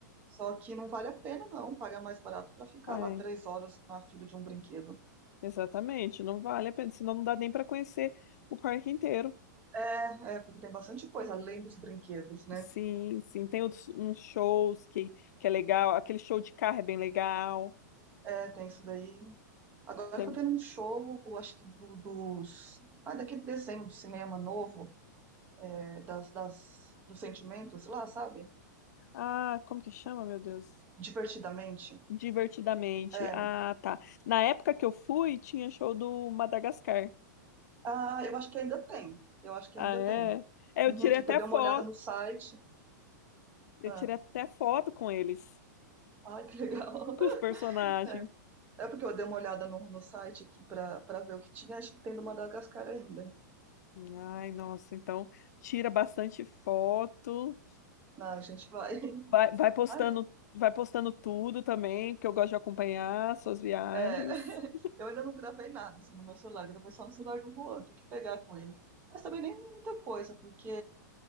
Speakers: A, on the right; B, on the left.
A: Só que não vale a pena não pagar mais barato pra ficar
B: Ai,
A: lá três horas na fila de um brinquedo.
B: Exatamente, não vale a pena, senão não dá nem para conhecer o parque inteiro.
A: É, é, porque tem bastante coisa além dos brinquedos, né?
B: Sim, sim, tem outros- uns shows que, que é legal, aquele show de carro é bem legal.
A: É, tem isso daí. Agora
B: Tem,
A: tá tendo um show, acho que do, dos. Ah, daquele desenho do cinema novo, é, das, das, dos sentimentos lá, sabe?
B: ah, como que chama, meu Deus?
A: Divertidamente.
B: Divertidamente.
A: É.
B: Ah, tá. Na época que eu fui, tinha show do Madagascar.
A: Ah, eu acho que ainda tem. Eu acho que
B: Ah,
A: ainda
B: é?
A: tem.
B: É,
A: Uhum,
B: eu tirei
A: porque
B: até
A: eu dei
B: foto,
A: uma olhada no site.
B: eu
A: Ah,
B: tirei até foto com eles,
A: ai, que legal.
B: com
A: <laughs>
B: os personagens.
A: É, é porque eu dei uma olhada no, no site aqui pra, pra ver o que tinha. Acho que tem do Madagascar ainda.
B: Ai, nossa, então tira bastante foto.
A: Ah, a gente vai. <laughs>
B: Vai, vai postando,
A: Ai,
B: vai postando tudo também, porque eu gosto de acompanhar suas viagens.
A: É, <laughs> eu ainda não gravei nada assim no meu celular, gravei só no celular do Juan, tem que pegar com ele. Mas também nem muita coisa, porque